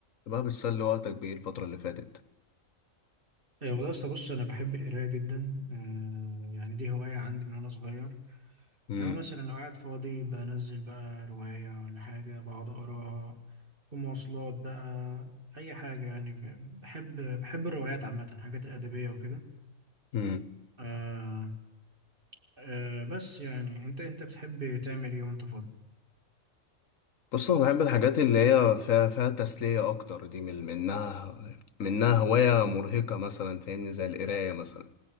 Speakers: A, on the left (about 70°); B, on the right (about 40°).
A: بقى بتسلي وقتك بإيه الفترة اللي فاتت
B: إيه والله أصل بص أنا بحب القراية جدا آه يعني دي هواية عندي من وأنا صغير
A: امم
B: أنا مثلا لو قاعد فاضي بنزل بقى رواية ولا حاجة بقعد أقراها في مواصلات بقى أي حاجة يعني ب- بحب بحب الروايات عامة الحاجات الأدبية وكده
A: امم
B: آه آه بس يعني أنت أنت بتحب تعمل إيه وأنت فاضي؟
A: بص أنا بحب الحاجات اللي هي فيها, فيها تسلية أكتر دي من منها منها هواية مرهقة مثلا فاهمني زي القراية مثلا